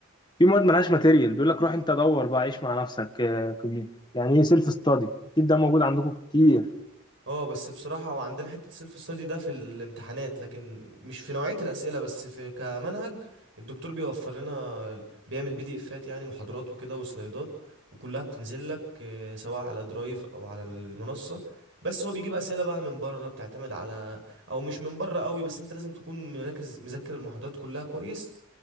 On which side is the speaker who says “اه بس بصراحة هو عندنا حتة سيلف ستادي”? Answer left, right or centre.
Right